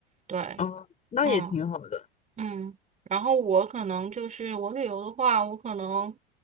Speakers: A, on the right (about 25°); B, on the left (about 25°).
A: 对，
B: 啊，那也挺好的。
A: 嗯嗯，然后我可能就是我旅游的话，我可能，